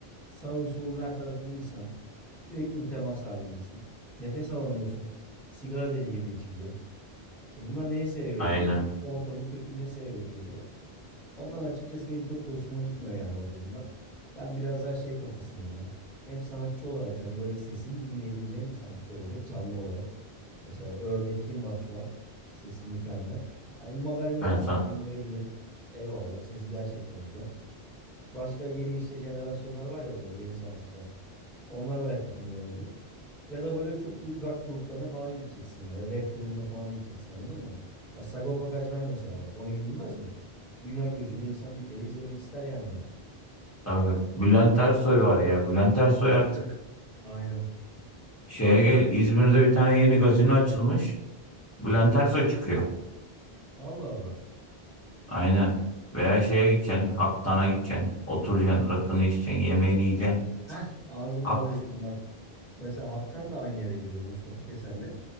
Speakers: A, in the centre; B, on the left (about 15°).
A: Sağın solun her tarafın insan. Sürekli bir temas halindesin. Nefes alamıyorsun. Sigara deli gibi içiliyor. E bunlar neye sebebiyet
B: Aynen.
A: veriyor? Ortamın kötülüğüne sebebiyet veriyor. Ondan açıkçası benim çok da hoşuma gitmiyor yani o durumlar. Ben biraz daha şey kafasındayım ya. Hem sanatçı olarak hani böyle sesini dinleyebileceğim bir sanatçı olacak canlı olarak. Mesela örnek kim var şu an? Sesi mükemmel. Yani Mabel Matiz
B: Ben sana
A: bak dinlenebilir. Eyvallah. Sesi gerçekten güzel. Başka yeni işte jenerasyonlar var ya böyle yeni sanatçılar. Onlar belki dinlenebilir. Ya da böyle çok büyük rock gruplarına falan gideceksin yani. Rap grubuna falan gideceksin anladın mı? Ya Sagopa Kajmer mesela bak. Ona gidilmez mi? Dünya gözüyle insan bir kere izlemek ister yani onu.
B: tabii. Bülent Ersoy var ya. Bülent Ersoy
A: Of.
B: artık
A: Aynen.
B: şeye gel. İzmir'de bir tane yeni gazino açılmış. Bülent Ersoy çıkıyor.
A: Allah Allah.
B: Aynen. Veya şeye gideceksin. Haktan'a gideceksin. Oturacaksın. Rakını içeceksin. Yemeğini yiyeceksin.
A: Heh ağzın
B: Hak.
A: bağlı yaşın bak. Mesela Haktan da aynı yere geliyor Mustafa Keser'le.